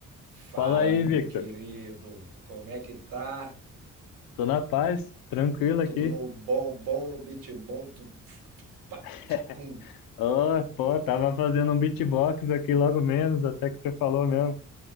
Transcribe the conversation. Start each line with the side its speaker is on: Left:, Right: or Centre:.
Right: Fala,
Left: Fala aí,
Right: meu
Left: Victor.
Right: querido, como é que tá?
Left: Tô na paz, tranquilo aqui.
Right: Tudo no bom, bom no beat bom. Tu, pf, tu, pá,
Left: <laughs>
Right: tchicum.
Left: Oh, pô, tava fazendo um beatbox aqui logo menos, até que você falou mesmo.